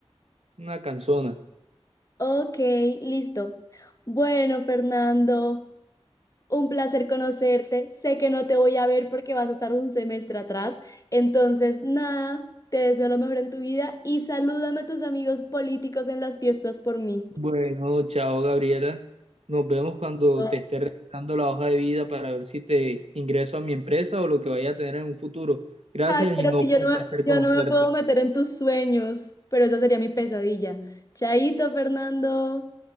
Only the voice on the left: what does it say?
Ok, listo. Bueno, Fernando, un placer conocerte. Sé que no te voy a ver porque vas a estar un semestre atrás. Entonces, nada, te deseo lo mejor en tu vida y salúdame a tus amigos políticos en las fiestas por mí.
<laughs>
Ay, pero
si
yo no
me,
yo
no me puedo meter en tus sueños, pero esa sería mi pesadilla. Chaito, Fernando.